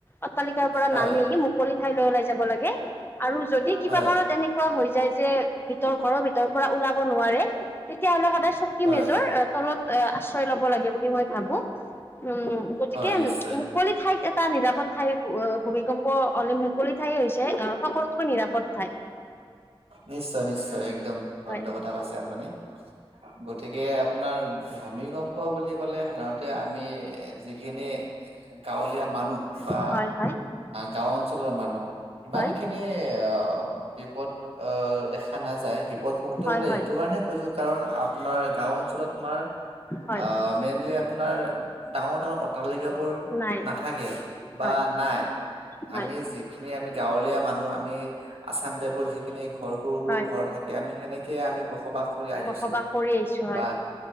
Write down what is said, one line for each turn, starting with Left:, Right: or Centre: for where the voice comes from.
Left: অট্টালিকাৰ পৰা
Right: হয়
Left: নামি মুকলি ঠাইলৈ ওলাই যাব লাগে আৰু যদি কিবা
Right: হয়
Left: কাৰত এনেকুৱা হৈ যায় যে ভিতৰ ঘৰৰ ভিতৰৰ পৰা ওলাব নোৱাৰে তেতিয়াহলে সদায় চকী
Right: হয়
Left: মেজৰ তলত এ আশ্ৰয় লব লাগে বুলি মই ভাবো উম গতিকে
Right: হয় নিশ্চয়
Left: মুকলি ঠাইত এটা নিৰাপদ ঠাই ভূমিকম্প অ মুকলি ঠাই হৈছে অ সকলোতকৈ নিৰাপদ ঠাই
Right: নিশ্চয় নিশ্চয় একদম শুদ্ধ
Left: হয়
Right: কথা কৈছে আপুনি- তিকে আপোনাৰ ভূমিকম্প বুলি ক'লে সাধাৰণতে আমি যিখিনি গাঁৱলীয়া মানুহ বা
Left: হয় হয়
Right: গাঁও অঞ্চলৰ মানুহ ইমান
Left: হয়
Right: খিনি অহ বিপদ অহ দেখা নাযায় বি পদ মুক্ত
Left: হয়
Right: বোলে
Left: হয়
Right: এইটো কাৰণে কৈছোঁ কাৰণ আপনাৰ গাঁও অঞ্চলত আমাৰ
Left: হয়
Right: আহ, মেইনলি আপোনাৰ ডাঙৰ -ডাঙৰ অট্টালিকা বোৰ
Left: নাই
Right: নাথাকে বা
Left: হয়
Right: নাই
Left: হয়
Right: আমি যিখিনি আমি গাঁৱলীয়া মানুহ আমি আচাম টাইপৰ যিখিনি ঘৰ সৰু -সৰু
Left: হয়
Right: ঘৰ থাকে আমি সেনেকে আমি বখ বসবাস কৰি আহিছো
Left: বসবাস কৰি আহিছো হয়
Right: বা